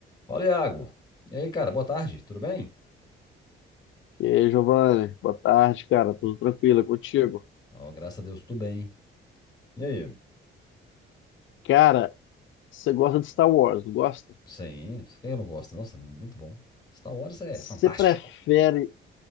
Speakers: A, on the left; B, on the left.
A: Fala, Iago. E aí, cara, boa tarde, tudo bem?
B: E aí, Giovanni, boa tarde, cara. Tudo tranquilo é contigo?
A: Ó, graças a Deus, tudo bem. E aí?
B: Cara, você gosta de Star Wars, não gosta?
A: Sim, isso que eu não gosto. Nossa, muito bom. Star Wars é
B: Você
A: fantástico.
B: prefere,